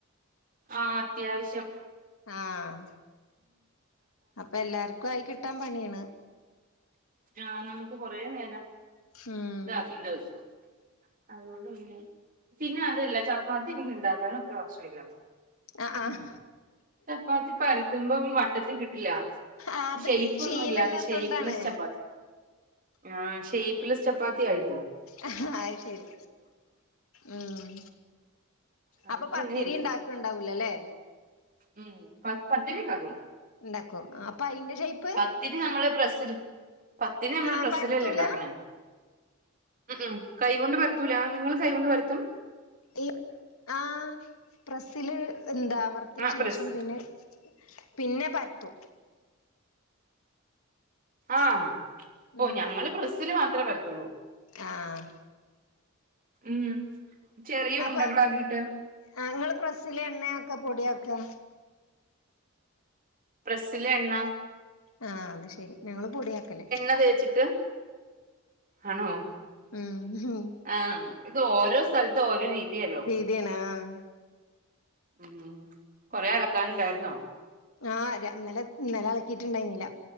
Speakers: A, on the right (about 40°); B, on the left (about 75°).
A: ആ അത്യാവശ്യം.
B: ആഹ് അപ്പൊ എല്ലാർക്കും ആയി കിട്ടാൻ പണ്യാ ണ്.
A: ആ നമുക്ക് കൊറേ നേരം
B: ഉം
A: ഇതാക്കിങ്ങനെ വെക്കും. അതുകൊണ്ട് പിന്നെ പിന്നെ അതല്ല ചപ്പാത്തി എനിക്ക് ഇണ്ടാക്കാനും അത്ര വശമില്ല.
B: ആഹ്
A: ഉം ചപ്പാത്തി പരത്ത്മ്പോ വട്ടത്തി കിട്ടില്ല.
B: ആഹ് അത്
A: ഷെയ്പ്
B: ശീലല്ലാത്തോണ്ടാണ്
A: ഒന്നുല്ലാതെ ഷേ്പ്പ്ലസ് ചപ്പാത്തി ആ ഷേ്പ്പ്ലസ് ചപ്പാത്തി ആയിപ്പോവും.
B: അഹ് ശരി ഉം.
A: അതുകൊണ്ട്
B: അപ്പൊ പത്തിരി
A: ഇങ്ങനെ
B: ഇണ്ടാക്ക്ണ്ടാവൂലല്ലേ?
A: ഉം പത്തിരി ഇണ്ടാക്കും.
B: ഇണ്ടാക്കോ അപ്പൊ അയ്ന്റെ ഷേപ്പ്
A: പത്തിരി നമ്മള് പ്രസ്സ്ല് പത്തിരി നമ്മള്
B: ആഹ്
A: പ്രസ്സിലല്ലേ
B: പരത്തൂല
A: ഇണ്ടാക്ക്ണെ? ഉം ഉം കൈകൊണ്ട് പര്ത്തൂല നിങ്ങൾ കൈകൊണ്ട് പര്ത്തും.
B: ഈ ആഹ് പ്രസ്സില് എന്താ അമർത്ത്യേന്
A: ആ പ്രസ്
B: ശേഷം പിന്നെ പിന്നെ പരത്തും
A: ആഹ്
B: ഉം
A: ഓഹ് ഞങ്ങള് പ്രസ്സില് മാത്രേ പരത്തുള്ളൂ
B: ആഹ്
A: ഉം ചെറിയ
B: അപ്പൊ
A: ഉണ്ടകളാക്കിട്ട്
B: ആഹ് ഇങ്ങള് പ്രസ്സില് എണ്ണെ ആക്ക പൊടിയ ആക്കാ
A: പ്രസ്സ്ല് എണ്ണ
B: ആഹ് അത് ശെരി ഞങ്ങള് പൊടിയാക്കല്
A: എണ്ണ തേച്ചിട്ട് ആണോ
B: ഉം ഉം
A: ആഹ് ഉം ഇത് ഓരോ സ്ഥലത്ത് ഓരോ രീതിയാല്ലോ
B: തിയാണ് ആഹ്
A: ഉം കൊറേ അലക്കാന് ഇണ്ടായിര്ന്നോ
B: ആഹ് ര ഇന്നലെ ഇന്നലെ അലക്കിട്ട്ണ്ടായ്ന്നില്ല